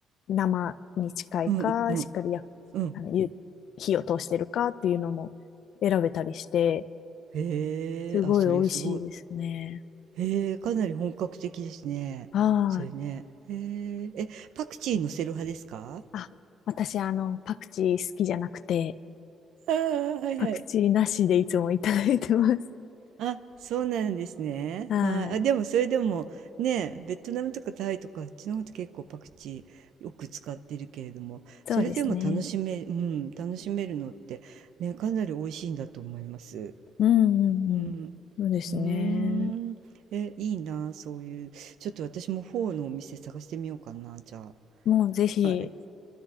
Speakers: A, on the left; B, on the right.
A: 生に近いか、
B: うんうん
A: しっかりや、
B: うん。
A: あの、ゆ火を通してるかっていうのも選べたりして、
B: へえ。
A: すごい美味しいですね。
B: あ、それすごい。へえ。かなり本格的ですね。
A: はーい
B: それね。へえ。え、パクチー乗せる派ですか
A: あ、私、あの、パクチー好きじゃなくて、
B: ああー、はいはい。
A: パクチーなしでいつもいただいてます。
B: あ、そうなんですね。
A: <laughs> はい。
B: はい。あ、でもそれでもね、ベトナムとかタイとかあっちの方と結構パクチーよく使ってるけれども、
A: そうですね。
B: それでも楽しめ、うん、楽しめるのってね、かなり美味しいんだと思います。
A: うんうんうん。
B: うん。
A: そうですね。
B: うーん。え、いいな、そういう。ちょっと私もフォーのお店探してみようかな、じゃ
A: もうぜひ、
B: あ。はい。